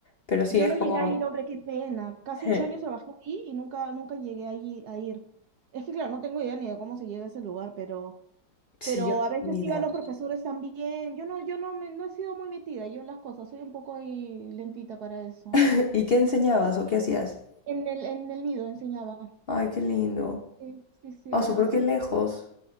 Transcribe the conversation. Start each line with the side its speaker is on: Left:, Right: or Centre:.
Left: pero sí
Right: Yo
Left: es
Right: no
Left: como,
Right: llegué a ir, hombre, qué pena. Casi
Left: <laughs>
Right: ocho años trabajé ahí y nunca, nunca llegué ahí a ir. Es que, claro, no tengo idea ni de cómo se llega a ese lugar, pero,
Left: sí,
Right: pero
Left: yo
Right: a veces
Left: ni idea.
Right: iban los profesores también. Yo no, yo no, me- no he sido muy metida, yo en las cosas, soy un poco ahí lentita para eso.
Left: <laughs> ¿Y qué enseñabas o qué hacías?
Right: En el, en el nido enseñaba.
Left: Ay, qué lindo.
Right: Sí, sí, sí,
Left: Ah,
Right: era,
Left: su pero
Right: sí,
Left: qué
Right: era.
Left: lejos.